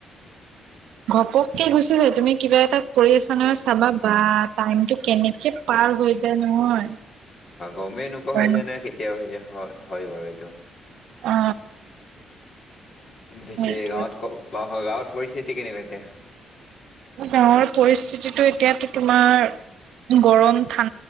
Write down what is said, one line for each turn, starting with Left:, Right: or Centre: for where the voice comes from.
Right: ঘপককে গুচি যায় তুমি কিবা এটা কৰি আছা নহয় চাবা বা টাইমটো কেনেকে পাৰ হৈ নহয়
Left: অ গমেই নোপোৱা হৈ
Right: অ
Left: যায় ন কেতিয়া হৈ যায়। হয়, হয় বাৰু এইটো।
Right: অ
Left: বেছি
Right: সেইটোৱেতো
Left: গাঁৱত। ক, বা গাঁৱত পৰিস্থিতি কেনেকুৱা এতিয়া।
Right: গাঁৱৰ পৰিস্থিতিটো এতিয়াতো তোমাৰ গৰম ঠা